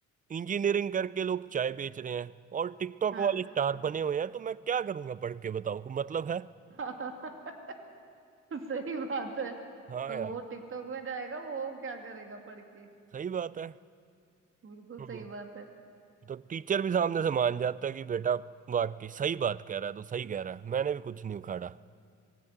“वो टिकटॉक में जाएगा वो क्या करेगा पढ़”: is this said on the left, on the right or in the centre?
Right